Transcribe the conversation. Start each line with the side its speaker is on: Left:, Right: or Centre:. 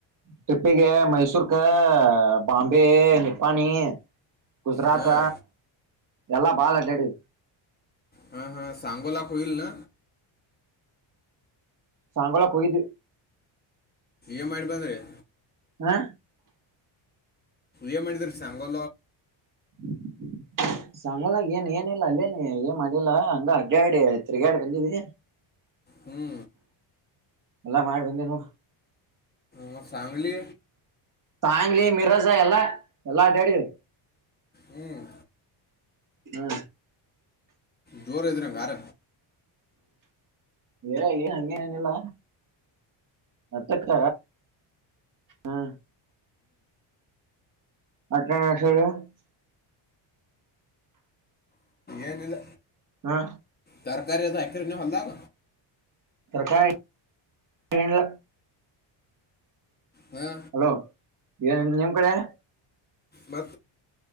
Right: ಟ್ರಿಪ್ಪಿಗೆ ಮೈಸೂರಿಗೆ ಬಾಂಬೆ ನಿಪ್ಪಾಣಿ ಗುಜರಾತ್
Left: ಹಾಂ
Right: ಎಲ್ಲಾ ಬಾಲ್ಡ್ಡಿ
Left: ಹಾ ಹಾ ಸಂಗೋಲಕ್ಲ್ ನ
Right: ಸಾಂಗೋಳ ಹೋಗಿದ್ವಿ
Left: ಎಮ್ ಮಾಡಿ ಬಂದ ರರಿ
Right: ಹಾ
Left: ಏನ್ ಮಾಡಿದ್ರಿ ಸಾಂಗು
Right: <inaudible> ಸಂಂಗಲಾಗ ಏನ್ ಏನಿಲ್ಲ ಅಲ್ಲೇ ಏನ್ ಮಾಡಿಲ್ಲಾ ಹಂಗ ಅಡ್ಡಾಡಿ ತಿರ್ಗಾಡಿ ಬಂದಿವಿ
Left: ಹ್ಞೂ
Right: ಎಲ್ಲ ಮಾಡಿ ಬಂದೇನು
Left: ಮ ಸಂಗಲಿ
Right: ತಾಂಗ್ಲಿ ಮಿರಜ ಎಲ್ಲಾ ಎಲ್ಲಾ ಡ್ಯಾಡಿ
Left: ಹ್ಮ್
Right: ಹ್ಮ
Left: ಜೋರ ಇದ್ರಂಗಾರ
Right: ಹಂಗೇನೇನಿಲ್ಲ ಅತ್ತಕ್ಕ ಹ್ಮ ಅಟ ನಸರ <unintelligible>
Left: ಏನ ಇಲ್ಲ
Right: ಹಾ
Left: ತರಕಾರಿ ಅದ ಐಕ್ರ ನ ಹಲ್ಲಾಗ
Right: ಸರ್ಕಾರಿ ಇಲ್ಲ
Left: ಹಾ
Right: ಹಲೋ ಏನಿಲ್ಲ ನಿಮ್ಮ ಕಡೆ
Left: ಮ